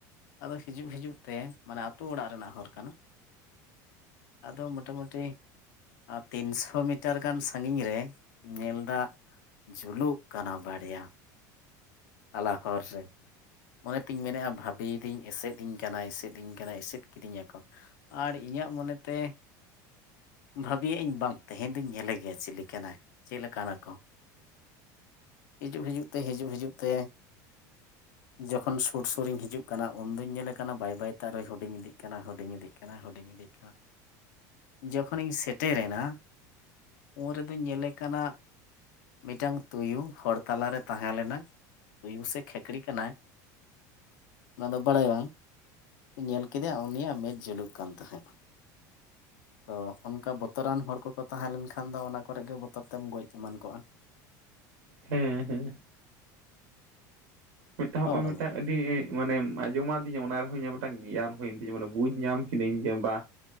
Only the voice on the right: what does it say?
ᱦᱮᱸ ᱦᱮᱸ ᱢᱤᱜᱴᱟᱝ
ᱦᱚᱸᱜ-ᱚᱭ
ᱢᱤᱜᱴᱟᱝ ᱟᱹᱰᱤ ᱢᱟᱱᱮ ᱟᱸᱡᱚᱢᱟᱫᱤᱧᱟ ᱚᱱᱟ ᱨᱮᱦᱚᱸ ᱤᱧᱟᱹᱜ ᱢᱮᱜᱴᱟᱝ ᱜᱮᱭᱟᱱ ᱦᱩᱭᱮᱱ ᱛᱤᱧᱟᱹ ᱢᱟᱱᱮ ᱵᱩᱡᱽ ᱧᱟᱢ ᱠᱤᱫᱤᱧ ᱡᱮ ᱵᱟ